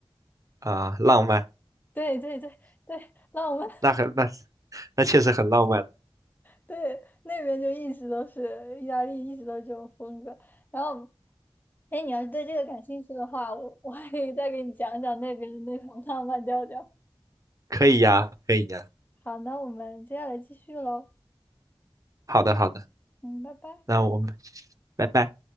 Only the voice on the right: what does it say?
啊、浪漫，
那很那那确实很浪漫，
可以呀，可以呀。
好的好的，
那我们拜拜。